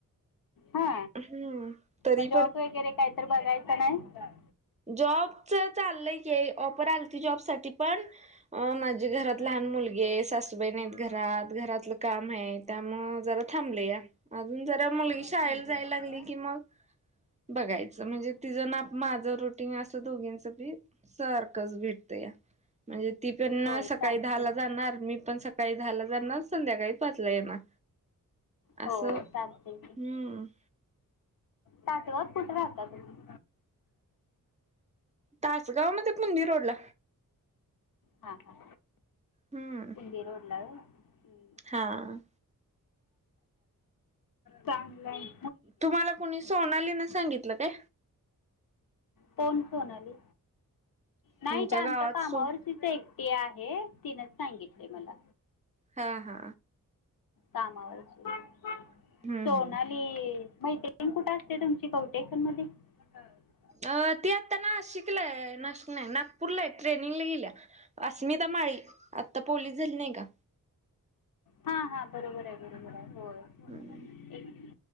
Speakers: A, on the left (about 85°); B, on the right (about 20°).
A: हा
B: हम्म तरी
A: मग जॉब वगैरे काही तर बघायचं नाही.
B: जॉब चालय र जॉब साठी पण मा घरात
A: हम्म.
B: लहान मुलगी आहे सासू ते घरात घरातलं काम आहे त्यामुळं जरा थांबलंया. अजून जरा मुलगी
A: हम्म,
B: शाळेला
A: हम्म.
B: जाय लागली की मग बघायचं म्हणजे
A: हम्म.
B: तिझं नाप माझं रोटींग असं दोघींचं बी सारखंच भेटत या म्हणजे ती पण
A: होय
B: सकाळी
A: चालते
B: दहाला जा.
A: की
B: णार मी पण सकाळी दहाला जाणार संध्याकाळी पाचला येणार.
A: होय
B: आस हम्म.
A: चालते सातव्यात कुठं राहता तुम्ही?
B: तासगाव मध्ये पुनी रोड ला
A: हा हा
B: हम्म
A: सिंदी रोडलाय वय हं.
B: हा.
A: चांगलंय.
B: तुम्हाला कोणी सोनाली न सांगितलं काय?
A: कोन सोनली नाही
B: तुमच्या
A: ते
B: गावात
A: आमच्या कामावरच्या
B: सो
A: तिच एकटी आहे तिनच सांगितलय मला.
B: हा हा.
A: कामावरची
B: हम्म
A: सोना
B: हम्म
A: ती मैत्रिण कुठे असते तुमची कवठीएकन्द मध्ये? <unintelligible>
B: अ ती आता नाशिकलाय नाशिक नाही नागपूरलाय आहे ट्रेनिंगला गेलिया. अस्मिता माळी आत्ता पोलीस झाली नाही का?
A: हा हा बरोबर आहे बरोबर आहे
B: हम्म
A: हो.